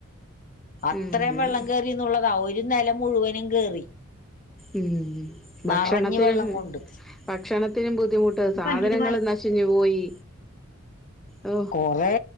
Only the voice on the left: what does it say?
അത്രേം
വെള്ളം കേറീന്നുള്ളതാ ഒര് ഒരു നില മുഴുവനും കേറി
നിറഞ്ഞു വെള്ളം കൊണ്ട്
പണ്ടട്
കൊറേ